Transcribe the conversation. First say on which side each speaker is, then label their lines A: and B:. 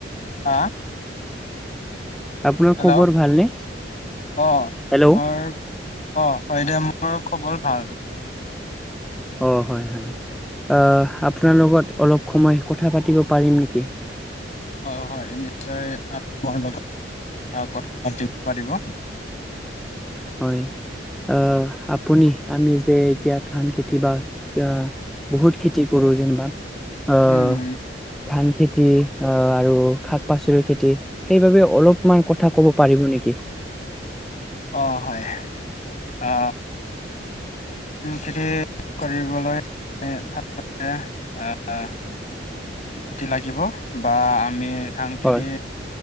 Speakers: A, on the left; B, in the centre.
A: হা
B: আপোনাৰ
A: হেল্ল'
B: খবৰ ভালনে?
A: অ
B: হেল্ল'।
A: মোৰ অ হয় দে মৰ খবৰ ভাল
B: অ হয় হয় আহ আপোনাৰ লগত অলপ সময় কথা পাতিব পাৰিম নেকি?
A: অ হয় নিশ্চয় আমহৰ লগত আৰু কথিত পাতিব
B: হয় আহ আপুনি আমি যে এতিয়া ধান খেতি বা এতিয়া বহুত খেতি কৰোঁ যেনিবা অহ
A: উম
B: ধান খেতি আহ আৰু শাক পাচলিৰ খেতি সেইবাবে অলপমান কথা ক'ব পাৰিব নেকি?
A: অ হয় অ খেতি কৰিবলৈ <unintelligible> লাগিব বা আমি ধান খেতি
B: হয়